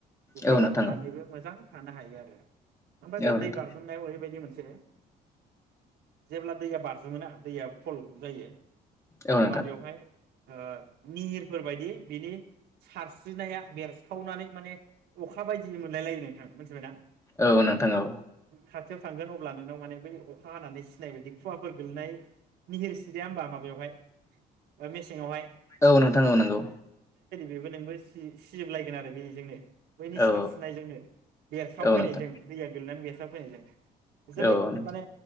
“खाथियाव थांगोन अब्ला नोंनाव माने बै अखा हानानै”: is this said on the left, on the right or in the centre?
Right